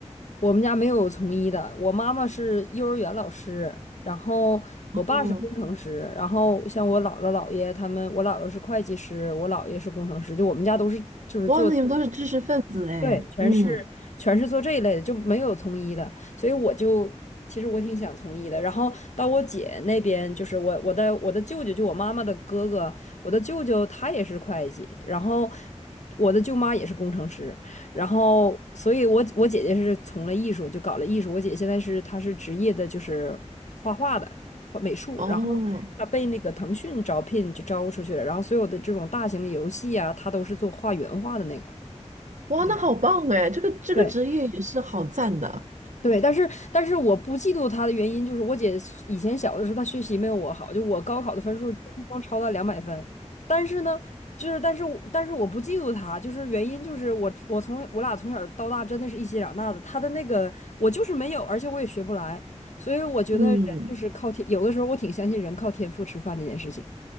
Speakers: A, on the left; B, on the right.
A: 我们家没有从医的，我妈妈是幼儿园老师，然后我爸是工程师，
B: 嗯，
A: 然后像我姥姥姥爷他们，我姥姥是会计师，我姥爷是工程师，就我们家都是就是做。
B: 哇，那你们都是知识分子哎。
A: 对，全是全是做这一类的，
B: 嗯，
A: 就没有从医的，所以我就其实我挺想从医的。然后到我姐那边，就是我我的我的舅舅，就我妈妈的哥哥，我的舅舅他也是会计，然后我的舅妈也是工程师，然后所以我我姐姐是从了艺术，就搞了艺术。我姐现在是她是职业的，就是画画的。画美术，
B: 哦，
A: 然后她被那个腾讯招聘就招出去了，然后所有的这种大型的游戏啊，她都是做画原画的那个。
B: 哇，
A: 对。
B: 那好棒哎，这个这个职业也是好赞的。
A: 对，对，但是但是我不嫉妒她的原因就是我姐以前小的时候她学习没有我好，就我高考的分数轻松超她两百分，但是呢，就是但是我但是我不嫉妒她，就是原因就是我我从我俩从小到大真的是一起长大的，她的那个我就是没有，而且我也学不来，所以我觉得人就是靠天，
B: 嗯。
A: 有的时候我挺相信人靠天赋吃饭这件事情。